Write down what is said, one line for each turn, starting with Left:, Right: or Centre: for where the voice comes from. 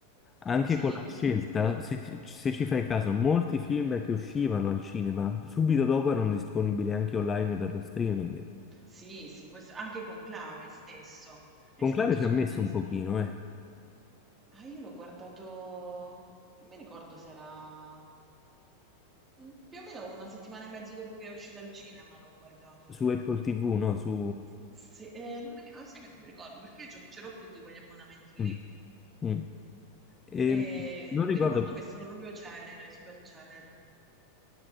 Left: Anche
Right: Sì?
Left: con la scelta, se, ci se ci fai caso, molti film che uscivano al cinema subito dopo erano disponibili anche online per lo streaming.
Right: Sì, sì, questo, anche Conclave stesso è
Left: Conclave
Right: stato
Left: ci
Right: subito
Left: ha messo
Right: disponibile.
Left: un pochino, eh.
Right: Ah, io l'ho guardato, non mi ricordo se era mm, più o meno una settimana e mezzo dopo che è uscita al cinema, l'ho guardato io.
Left: Su Apple TV, no? Su...
Right: S sì, ehm, non mi ri ah, sai che non mi ricordo, perché io c'ho ce l'ho tutti quegli abbonamenti
Left: mm,
Right: lì.
Left: mm. E
Right: Ehm,
Left: non
Right: mi
Left: ricordo...
Right: ricordo che è stato proprio celere, super celere.